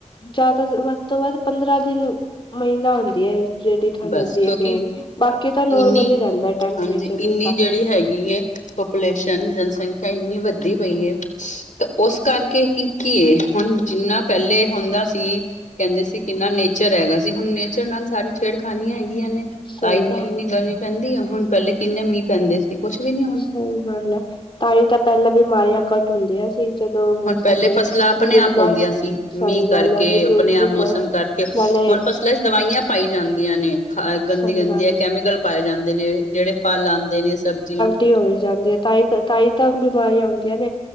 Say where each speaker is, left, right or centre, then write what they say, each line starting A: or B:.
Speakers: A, on the left; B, on the left.
A: ਜ਼ਿਆਦਾ ਵੱਧ ਤੋਂ ਵੱਧ ਪੰਦਰਾਂ ਦਿਨ ਮਹੀਨਾ ਹੁੰਦੀ ਹੈ ਇਹ। ਜਿਹੜੀ ਠੰਡ
B: ਬਸ
A: ਹੁੰਦੀ
B: ਕਿਉਂਕਿ
A: ਏ ਮੇਨ, ਬਾਕੀ ਤਾਂ ਨੋਰਮਲ
B: ਇੰਨੀ
A: ਹੀ ਰਹਿੰਦਾ ਟੈਂਪਰੇਚਰ
B: ਹਾਂਜੀ
A: ਹੁਣ
B: ਇੰਨੀ
A: ਤਾਂ।
B: ਜਿਹੜੀ ਹੈਗੀ ਏ ਪਾਪੂਲੇਸ਼ਨ ਜਨਸੰਖਿਆ ਇੰਨੀ ਵੱਧਦੀ ਪਈ ਏ। ਤੇ ਉਸ ਕਰਕੇ ਕੀ ਕੀ ਏ ਹੁਣ ਜਿੰਨਾ ਪਹਿਲੇ ਹੁੰਦਾ ਸੀ। ਕਹਿੰਦੇ ਸੀ ਕਿੰਨਾ ਨੇਚਰ ਹੈਗਾ, ਸੀ ਹੁਣ ਨੇਚਰ ਨਾਲ ਸਾਰੀ ਛੇੜ ਖਾਨੀਆਂ ਏਨੀਆਂ ਨੇ
A: ਸਹੀ
B: ਤਾਈ ਤਾਂ
A: ਗੱਲ
B: ਇੰਨੀ ਗਰਮੀ
A: ਹੈ
B: ਪੈਂਦੀ ਹੈ ਹੁਣ ਪਹਿਲੇ ਕਿੰਨੇ ਮੀਂਹ ਪੈਂਦੇ ਸੀ ਕੁਛ ਵੀ ਨੀ ਹੁਣ।
A: ਸਹੀ ਗੱਲ ਹੈ, ਤਾਂ ਹੀ ਤਾਂ ਪਹਿਲਾਂ ਬਿਮਾਰੀਆਂ ਘੱਟ ਹੁੰਦੀਆਂ ਸੀ। ਜਦੋਂ
B: ਹੁਣ
A: ਸਾਡੇ
B: ਪਹਿਲੇ ਫਸਲਾਂ ਆਪਣੇ
A: ਬਜ਼ੁਰਗਾਂ
B: ਆਪ ਆਉਂਦੀਆਂ ਸੀ,
A: ਸਹੀ
B: ਮੀਂਹ ਕਰਕੇ,
A: ਗੱਲ ਹੈ ਬਜ਼ੁਰਗ
B: ਆਪਣੇ ਆਪ ਮੌਸਮ ਕਰਕੇ
A: ਨਾਲੇ
B: ਹੁਣ ਫਸਲਾਂ ਚ ਦਵਾਈਆਂ ਪਾਈ ਜਾਂਦੀਆਂ ਨੇ, ਖ ਗੰਦੀ
A: ਸਹੀ
B: ਗੰਦੀ
A: ਗੱਲ
B: ਕੈਮੀਕਲ ਪਾਏ ਜਾਂਦੇ ਨੇ ਜਿਹੜੇ ਫਲ ਆਦੇ ਨੇ ਸਬਜ਼ੀਆਂ
A: ਟੀ ਹੋ ਜਾਂਦੀ ਹੈ ਤਾਈ ਤਾਂ ਤਾਈ ਤਾਂ ਬਿਮਾਰੀਆਂ ਆਂਉਦੀਆਂ ਨੇ।